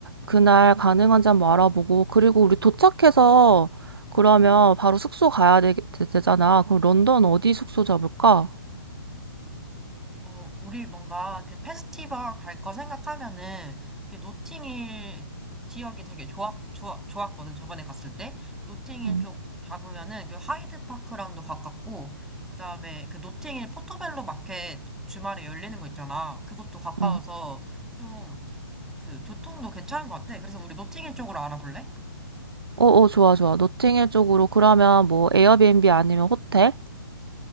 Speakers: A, on the right; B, in the centre.
A: 그날 가능한지 한번 알아보고 그리고 우리 도착해서 그러면 바로 숙소 가야 되, 잖아 그럼 런던 어디 숙소 잡을까?
B: 어, 우리 뭔가 그 페스티벌 갈 거 생각하면은 그 노팅힐 지역이 되게 좋았, 좋았, 좋았거든. 저번에 갔을 때. 노팅힐
A: 응,
B: 쪽 잡으면은 그 하이드 파크랑도 가깝고, 그 다음에 그 노팅힐 포토벨로 마켓 주말에 열리는 거 있잖아. 그것도 가까워서
A: 응.
B: 좀 그 교통도 괜찮은 것 같아. 그래서 우리 노팅힐 쪽으로 알아볼래?
A: 어, 어, 좋아, 좋아. 노팅힐 쪽으로 그러면 뭐 에어비앤비 아니면 호텔?